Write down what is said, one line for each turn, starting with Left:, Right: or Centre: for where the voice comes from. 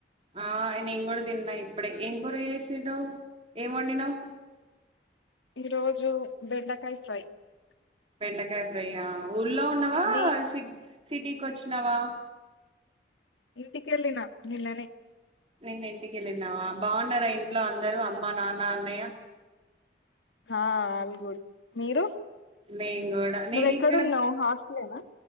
Right: ఆ ఎ నేన్ కూడతిన్నా ఇప్పుడే ఏం కూర చేసిర్రు ఏం వండినవ్
Left: ఇ రోజు బెండకాయ ఫ్రై
Right: బెండకాయ్ ఫ్రై ఆ ఊర్లో ఉన్నవా
Left: మీ
Right: సి ట్ సిటీకొ చ్చినవా వా
Left: ఇంటికిెల్లి నా నిన్ననే
Right: నిన్న ఇంటికి వెళ్ళినవా బాగున్నారా ఇంట్లో అందరుఅమ్మ నాన్న అన్నయ్య
Left: హా అల్ గుడ్ మీరు
Right: నే కూడా నేను
Left: నువ్వెక్కడున్నావ్
Right: ఇక్కడ
Left: హాస్టలేనా